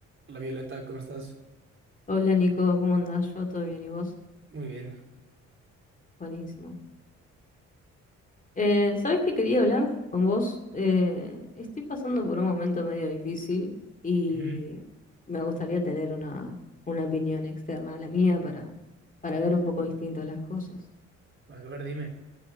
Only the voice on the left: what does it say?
Hola Nico, ¿cómo andás? Yo todo bien, ¿y vos?
Buenísimo. Eh, ¿sabés qué quería hablar con vos? Eh, estoy pasando por un momento medio difícil y
me gustaría tener una, una opinión externa a la mía para, para ver un poco distinto las cosas.